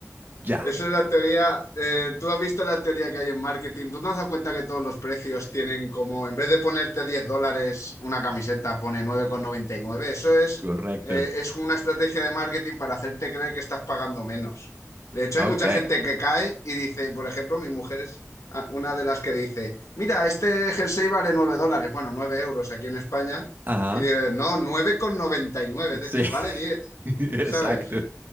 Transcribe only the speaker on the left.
Esa es la teoría. eh, tú has visto la teoría que hay en marketing. ¿Tú no has dado cuenta que todos los precios tienen como, en vez de ponerte 10 dólares una camiseta, pone nueve con noventa y nueve. Eso es,
eh, es una estrategia de marketing para hacerte creer que estás pagando menos. De hecho,
hay mucha gente que cae y dice, por ejemplo, mi mujer es ah, una de las que dice, mira, este jersey vale nueve dólares, bueno, 9 euros aquí en España.
Y digo, no, nueve con noventa y nueve. es
decir, vale 10,
¿sabes?